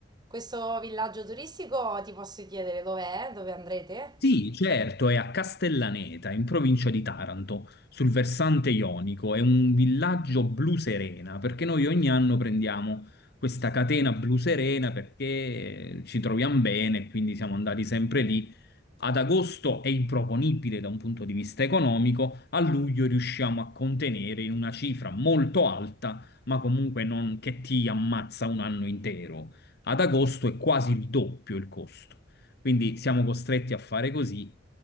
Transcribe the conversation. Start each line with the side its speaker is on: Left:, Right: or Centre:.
Right: questo villaggio turistico ti posso chiedere dov'è? Dove andrete?
Left: Sì, certo, è a Castellaneta, in provincia di Taranto, sul versante ionico. È un villaggio blu serena, perché noi ogni anno prendiamo questa catena blu serena perché ci troviamo bene, quindi siamo andati sempre lì ad agosto è improponibile da un punto di vista economico, a luglio riusciamo a contenere in una cifra molto alta, ma comunque non che ti ammazza un anno intero. Ad agosto è quasi il doppio il costo. Quindi siamo costretti a fare così.